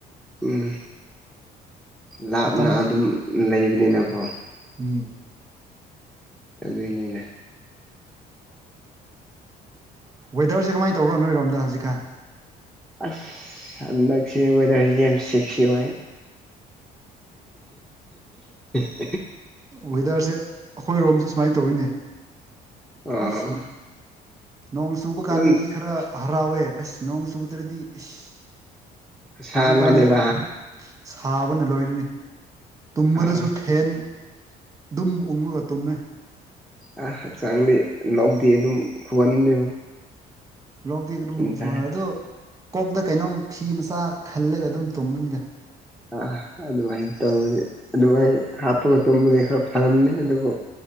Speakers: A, in the centre; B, on the right.
A: ꯎꯝ ꯂꯥꯞꯅ
B: ꯃꯇꯝ
A: ꯑꯗꯨꯝ ꯂꯩꯕꯅꯤꯅꯀꯣ
B: ꯎꯝ
A: ꯑꯗꯨꯏꯅꯤꯅꯦ
B: ꯋꯦꯗꯔꯦ ꯀꯃꯥꯏ ꯇꯧꯔꯣ ꯅꯣꯏꯔꯣꯝꯗ ꯍꯧꯖꯤꯛꯀꯥꯟ
A: ꯑꯁꯗꯁꯤꯔꯁꯤ ꯁꯤꯁꯤ ꯋꯥ <inaudible> <inaudible>
B: ꯋꯦꯗꯔꯁꯦ ꯑꯩꯈꯣꯏ ꯔꯣꯝꯁꯨ ꯁꯨꯃꯥꯏꯅ ꯇꯧꯋꯤꯅꯦ
A: ꯑꯣ
B: ꯑꯁ ꯅꯣꯡ ꯆꯨꯕ
A: ꯑꯗꯨꯝ
B: ꯀꯥꯟꯗꯗꯤ ꯈꯔ ꯍꯔꯥꯎꯋꯦ ꯑꯁ ꯅꯣꯡ ꯆꯨꯗ꯭ꯔꯗꯤ ꯏꯁ
A: ꯁꯥ
B: ꯍꯧꯖꯤꯛꯀꯥꯟꯁꯦ
A: ꯃꯅꯦꯕ
B: ꯁꯥꯕꯅ ꯂꯣꯏꯔꯤꯅꯤ ꯇꯨꯝꯕꯗꯁꯨ
A: ꯑꯥ
B: ꯐꯦꯟ ꯑꯗꯨꯝ ꯑꯣꯡꯉꯒ ꯇꯣꯝꯃꯦ
A: ꯑ ꯍꯛꯆꯥꯡꯅꯤ ꯂꯧꯣꯛꯗꯤ ꯑꯗꯨꯝ ꯍꯒꯅꯤ
B: ꯂꯗꯤꯔꯝ
A: ꯊꯥꯔ
B: ꯁ ꯑꯗꯨꯣ ꯀꯣꯛꯇ ꯀꯩꯅꯣꯝ ꯐꯤ ꯃꯆꯥ ꯈꯜꯂꯒ ꯑꯗꯨꯝ ꯇꯨꯝꯕꯅꯤꯗ
A: ꯑ ꯑꯗꯨꯃꯥꯏꯅ ꯇꯧꯕꯁ ꯑꯗꯨꯃꯥꯏꯅ ꯍꯥꯞꯄꯒ ꯇꯨꯝꯕꯗꯤ ꯈꯔ ꯐꯔꯝꯅꯤ ꯑꯗꯨꯕꯨ